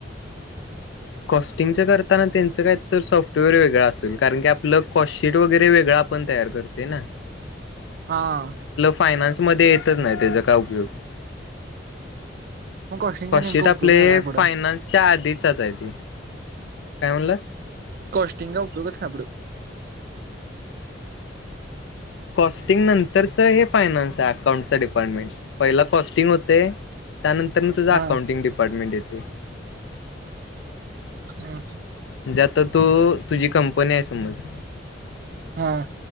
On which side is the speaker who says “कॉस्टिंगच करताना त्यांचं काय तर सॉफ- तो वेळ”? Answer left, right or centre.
Left